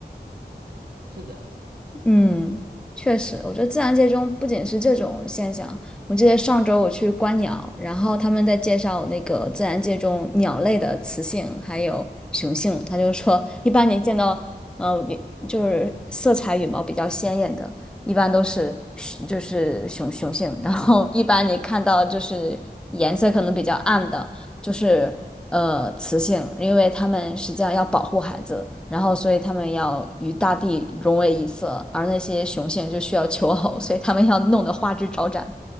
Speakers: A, on the right (about 65°); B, in the centre.
A: <laughs> 是的。
B: 嗯，确实，我觉得自然界中不仅是这种现象。我记得上周我去观鸟，然后他们在介绍那个自然界中鸟类的雌性还有雄性，他就说，一般你见到，嗯、呃就是色彩羽毛比较鲜艳的，一般都是就是雄雄性，然后一般你看到就是颜色可能比较暗的。就是呃雌性，因为它们实际上要保护孩子，然后所以它们要与大地融为一色，而那些雄性就需要求偶，所以它们要弄得花枝招展，